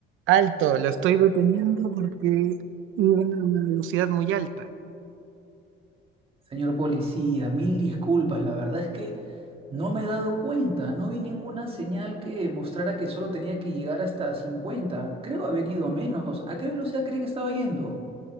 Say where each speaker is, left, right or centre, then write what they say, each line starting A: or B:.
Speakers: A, on the right; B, on the right.
A: Alto, lo estoy deteniendo porque iba a una velocidad muy alta.
B: Señor policía, mil disculpas. La verdad es que no me he dado cuenta. No vi ninguna señal que mostrara que solo tenía que llegar hasta 50. Creo haber ido a menos. ¿A qué velocidad cree que estaba yendo?